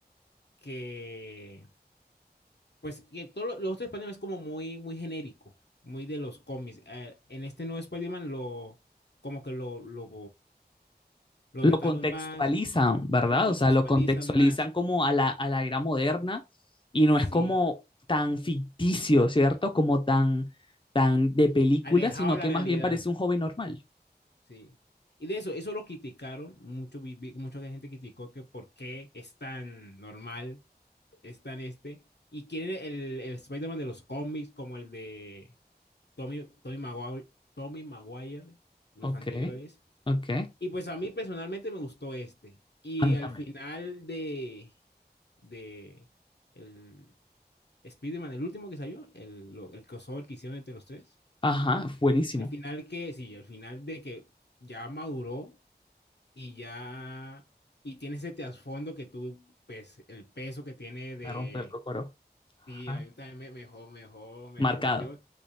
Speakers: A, on the left; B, on the left.
A: que pues que todos los los otros Spider-Man es como muy, muy genérico, muy de los cómics. Eh, en este nuevo Spider-Man lo, como que lo, lo, lo
B: lo
A: trataron
B: contextualizan,
A: más,
B: ¿verdad?
A: lo contextualizan
B: O sea, lo contextualizan
A: más,
B: como a la, a la era moderna y no es
A: sí,
B: como tan ficticio, ¿cierto? Como tan, tan de película,
A: alejado
B: sino
A: de la
B: que
A: realidad.
B: más bien parece un joven normal.
A: Sí. Y de eso, eso lo criticaron, mucho, vi- vi- mucha gente criticó que por qué es tan normal, es tan este, y quieren el, el Spider-Man de los cómics como el de Tommy, Tommy Maguire, Tommy Maguire, los
B: Ok,
A: anteriores.
B: ok.
A: Y pues a mí personalmente me gustó este. Y
B: A mí
A: al
B: también.
A: final de, de el Spider-Man, el último que salió, el, lo- el crossover que hicieron entre los tres,
B: Ajá, buenísimo.
A: el final que, sí, el final de que ya maduró y ya, y tiene ese trasfondo que tú, pues, el peso que tiene de
B: Me rompe el cocoro.
A: ti,
B: Ajá.
A: a mí también me, mejor, mejor, me
B: Marcado.
A: rompió.